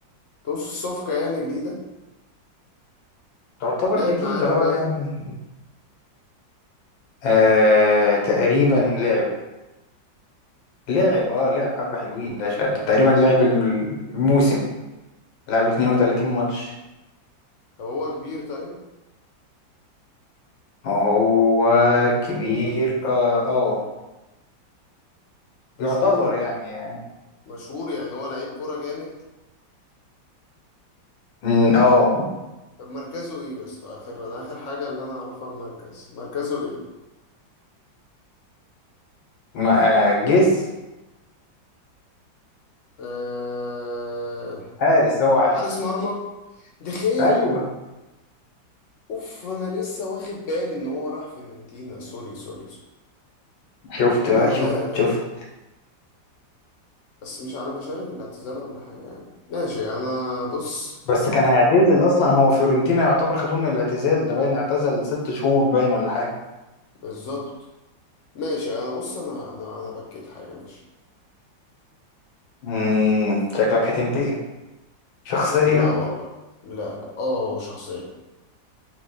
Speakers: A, on the left; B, on the left.
A: تقصد الصفقة يعني جديدة
B: تعتبر
A: لعب
B: جديدة
A: معاهم
B: اه
A: طيب
B: يعني آه تقريبا لعب لعب اه لعب حبة حلوين ده شا- تقريبا لعب الم- الموسم لعب 32 ماتش
A: طب هو كبير طيب
B: هو كبير اه اه
A: مشهور
B: يعتبر يعني
A: مشهور يعني هو لعيب كورة جامد
B: مم، اه
A: طب مركزه ايه يا اسطى اخر انا اخر حاجة اللي انا اعرفها المركز مركزه ايه
B: ما- آه، جس
A: أه...
B: حارس هو حارس
A: حارس مرمى دخية
B: ايوه
A: اوف انا لسه واخد بالي ان هو راح فيورنتينا سوري سوري سوري
B: شفت
A: إيه الغباء
B: بقى شفت
A: ده
B: شفت
A: بس مش على مشارف الاعتذار ولا حاجة يعني ماشي انا بص
B: بس كان هيعتزل اصلا هو فيورنتينا يعتبر خدوه من الاعتزال ده باين اعتزل ست شهور باين ولا حاجة
A: بالظبط ماشي انا بص انا انا انا بكيت حاجة ماشي
B: مم، شكلك هتنتقم شخصية
A: لا والله لا لا اه شخصية